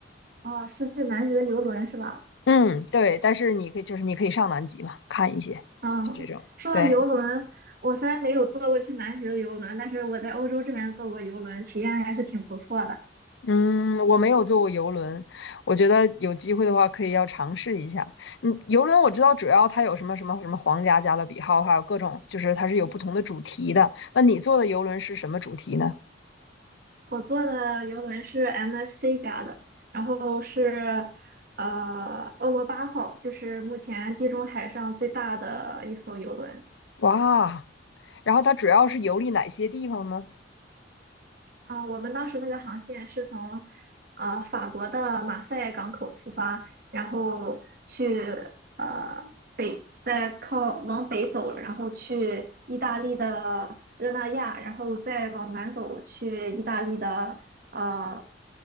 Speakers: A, on the right; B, on the left.
A: 哦，是去南极的游轮是吧？
B: 嗯，对，但是你可以就是你可以上南极嘛，看一些，
A: 嗯，
B: 就这种，
A: 说到游轮，
B: 对。
A: 我虽然没有坐过去南极的游轮，但是我在欧洲这边坐过游轮，体验还是挺不错的。
B: 嗯，我没有坐过游轮，我觉得有机会的话可以要尝试一下。嗯，游轮我知道主要它有什么什么什么皇家加勒比号，还有各种就是它是有不同的主题的。那你坐的游轮是什么主题呢？
A: 我坐的游轮是 MSC 家的，然后是呃欧罗巴号，就是目前地中海上最大的一艘游轮。
B: 哇，然后它主要是游历哪些地方呢？
A: 啊、我们当时那个航线是从呃法国的马赛港口出发，然后去呃北，再靠往北走，然后去意大利的热那亚，然后再往南走去意大利的呃